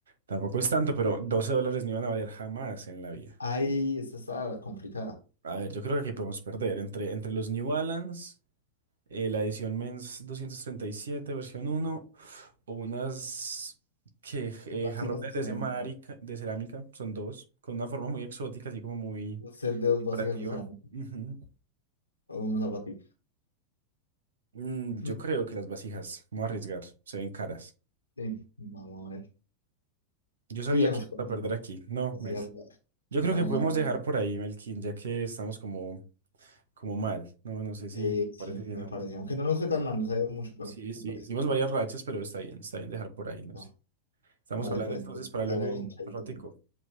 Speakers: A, on the right (about 65°); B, on the left (about 80°).
A: Tampoco es tanto, pero 12 dólares no iban a valer jamás en la vida.
B: Ahí esta está complicada.
A: A ver, yo creo que aquí podemos perder entre, entre los New Balance, eh, la edición Men's 237, versión uno, o unas que eh,
B: Vasijas
A: jarrones
B: de cerámica.
A: de cemárica- de cerámica, son dos, con una forma muy exótica, así como muy
B: Un set de dos
A: decorativa.
B: vasijas de cerámica
A: Ujú.
B: o unos zapatillos.
A: Mm,
B: Hmm,
A: yo creo que las vasijas, vamos a arriesgar, se ven caras.
B: Sí, vamos a ver.
A: Yo sabía
B: Y hemos
A: que iba
B: perdido.
A: a perder aquí. No,
B: Vasijas
A: Mel.
B: va-
A: Yo
B: valen
A: creo que podemos
B: la pena.
A: dejar por ahí, Melkin, ya que estamos como, como mal. No, no sé si
B: Eh,
A: te
B: sí,
A: parece bien,
B: me
A: hombre.
B: parece. Aunque no nos fue tan mal, nos ha ido mucho peor,
A: Sí, sí,
B: me parece.
A: hicimos varias rachas, pero está bien, está bien dejar por ahí, no
B: Va,
A: sé. Estamos
B: dale,
A: hablando
B: pues,
A: entonces
B: entonces,
A: para
B: que te
A: luego
B: vaya bien,
A: jugar
B: chaito.
A: un ratico.